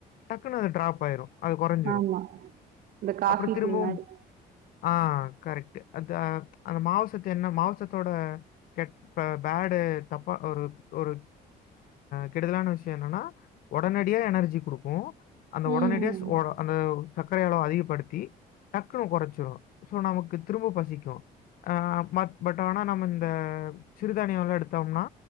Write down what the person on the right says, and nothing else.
ஆமா இந்த காஃபி
டீ மாரி
ம்
ம்